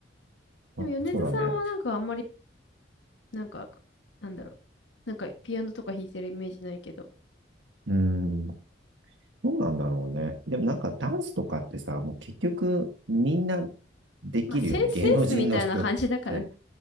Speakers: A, on the left; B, on the right.
A: でも米津さんはなんかあんまり、
B: あ、そうだね。
A: なんか、なんだろう、なんかピアノとか弾いてるイメージないけど、
B: うん。どうなんだろうね。でもなんかダンスとかってさ、もう結局みんなできるよね。
A: まあセン、
B: 芸能人の人って。
A: センスみたいな感じだからね。